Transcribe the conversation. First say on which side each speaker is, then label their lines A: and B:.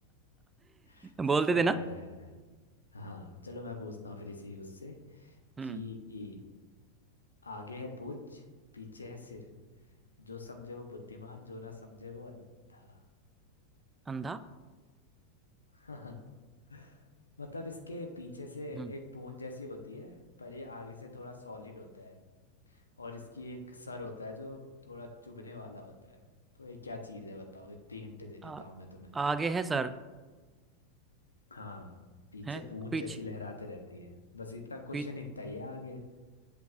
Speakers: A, on the left; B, on the right.
A: <laughs>
B: <laughs>
A: सही
B: बोलते थे ना
A: कह रहे हो यार हाँ चलो मैं पूछता हूँ फिर इसी उससे
B: हम्म
A: कि आगे है पूछ पीछे है सिर जो समझे वो बुद्धिमान जो ना समझे वो अंधा
B: अंधा
A: <laughs> मतलब इसके पीछे से
B: हम्म
A: एक पूंछ जैसी होती है पर ये आगे से थोड़ा सॉलिड होता है और इसकी एक सर होता है जो थोड़ा चुभने वाला होता है तो ये क्या चीज़ है बताओ इतनी हिंट दे देता
B: आ,
A: हूँ मैं तुम्हें
B: आगे है सर
A: हाँ पीछे
B: है
A: पूंछ
B: पीछे
A: जैसी लहराते रहती है बस इतना क्वेश्चन
B: पीछे
A: इतना ही है आगे